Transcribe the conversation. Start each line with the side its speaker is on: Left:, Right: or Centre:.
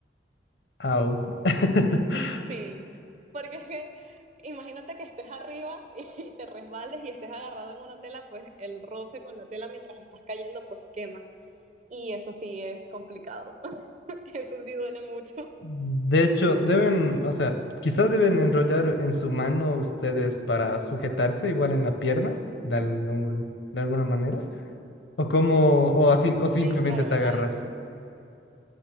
Left: Au. <laughs>
Right: Sí, porque es que imagínate que estés arriba <laughs> y te resbales y estés agarrado en una tela, pues el roce con la tela mientras estás cayendo, pues quema. Y eso sí es complicado. <laughs> Eso sí duele mucho.
Left: De hecho, deben, o sea, quizás deben enrollar en su mano ustedes para sujetarse igual en la pierna, de algún- de alguna manera. O como, o así, o simplemente
Right: Sí, claro,
Left: te agarras.
Right: hay,